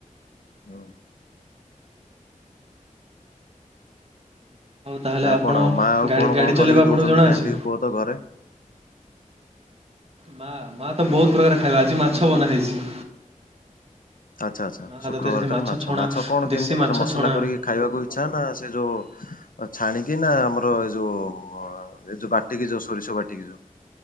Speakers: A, on the left; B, on the right.
A: ହୁଁ।
B: ତାହେଲେ
A: ଆଉ
B: ଆପଣ
A: କଣ ଆଉ ମା ଆଉ
B: ଗାଡ଼ି
A: କଣ
B: ଗାଡ଼ି
A: କଣ
B: ଚଲେଇବା
A: କରିକି
B: ଆପଣଙ୍କୁ
A: ଦଉଚନ୍ତି
B: ଜଣାଅଛି?
A: କାହିଁ ଟିକି କୁହ ତ ଘରେ।
B: ମା ମା ତ ବହୁତ ପ୍ରକାର ଖାଇବା ଆଜି ମାଛ ବନା ହେଇଛି।
A: ଆଚ୍ଛା ଆଚ୍ଛା
B: ମା ହାତ
A: ଶୁକ୍ରବାରଟାରେ
B: ତିଆରି
A: ମାଛ
B: ଛଣା
A: ମାଛ କଣ
B: ଦେଶୀ
A: କେମିତି ମାନେ
B: ମାଛ
A: ମସଲା
B: ଛଣା
A: କରିକି ଖାଇବାକୁ ଇଚ୍ଛା ନା ସେ ଯଉ ଛାଣିକି ନା ଆମର ଏଇ ଯୋଉ ଏଇ ଯୋଉ ବାଟିକି ଯୋଉ ସୋରିଷ ବାଟିକି ଯୋଉ